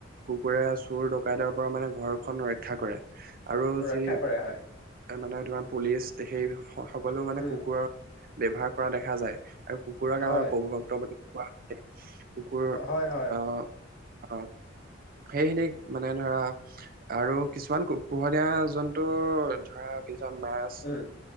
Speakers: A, on the right (about 50°); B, on the left (about 55°).
A: কুকুৰে চুৰ ডকাইতৰ পৰা মানে ঘৰখন ৰক্ষা কৰে। আৰু
B: ৰক্ষা
A: যি
B: কৰে, হয়,
A: মানে তোমাৰ পুলিচ সেই সকলো মানে
B: উম,
A: কুকুৰৰ ব্যৱহাৰ কৰা দেখা যায় আৰু কুকুৰক
B: হয়,
A: আমাৰ প্ৰভুভক্ত বুলি কোৱা হয় কুকুৰৰ
B: হয় হয়।
A: অ অ সেইখিনিক মানে ধৰা আৰু কিছুমান কু পোহনীয়া জন্তু ধৰা কিছুমান ভাইৰাছ
B: উম,